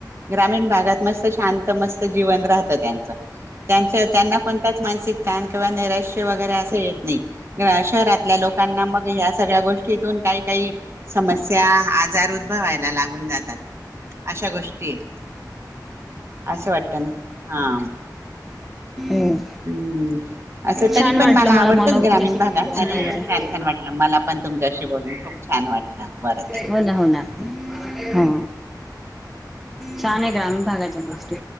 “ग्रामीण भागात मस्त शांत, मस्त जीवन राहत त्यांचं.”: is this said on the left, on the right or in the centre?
Right